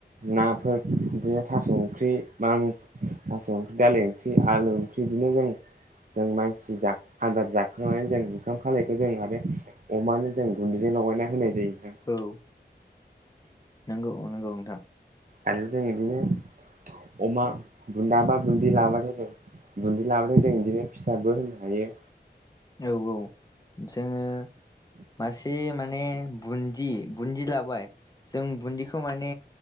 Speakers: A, on the right; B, on the left.
A: नाफोर इदिनो थास' ओंख्रि बां थास' ओंख्रि दालि ओंख्रि आलु ओंख्रि इदिनो जों जों मानसि जाख आदार जाखांनानै जों ओंखाम खालायखौ जों आरो अमानो जों गुन्दैजों लगायना होनाय जायो नोंथां।
B: औ नोंगौ नोंगौ नोंथां।
A: आरो जों इदिनो अमा बुन्दा बा बुन्दि लाबाथाय जों बुन्दि लाबाथाय जों इदिनो फिसाबो होनो हायो।
B: औ औ जोङो मासे माने बुन्दि बुन्दि लाबाय जों बुन्दिखौ माने